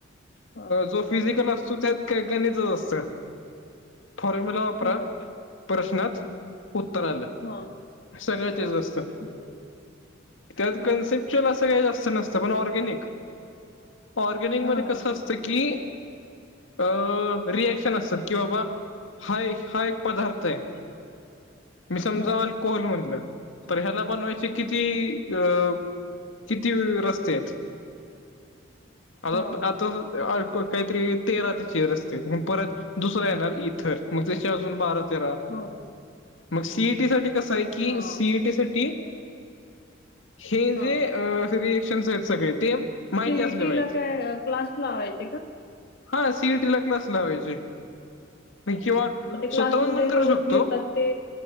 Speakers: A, on the left; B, on the left.
A: हा हा
B: जो फिजिकल असतो त्यात कायकनीचच असतं फॉर्म्युला वापरा
A: होय
B: प्रश्नात उत्तर आलं.
A: हा.
B: सगळं
A: हा
B: तेच असतं
A: बरोबर
B: त्यात
A: होय
B: कन्सेप्ट चल असं काही जास्त नसतं पण ऑर्गॅनिक ऑर्गॅनिक
A: हा
B: मध्ये
A: हा
B: कसं
A: हा
B: असतं की अ रिएक्शन असतात कि बाबा हा एक हा एक पदार्थ आहे. मी समजा
A: हा
B: अल्कोहल म्हणलं तर ह्याला बनवायचे किती अ किती रस्ते आहेत आता
A: हा
B: प आता आरको काहीतरी तेरा ते चेर असते मग परत दुसरा येणार इथर मग त्याचे अजून बारा चेरावा
A: हो
B: मग सी ई टी साठी कसं आहे की
A: हा
B: सी ई टी साठी हे
A: हा
B: जे अ रिएक्शन्स आहेत सगळे ते माहिती
A: सी
B: असले
A: ए टी
B: पाहिजे.
A: ला काय क्लास लावायचे का?
B: हा सी ई टी ला क्लास लावायचे म किंवा
A: म ते क्लासमध्ये
B: स्वतःहून पण करू
A: रोज
B: शकतो
A: घेतात ते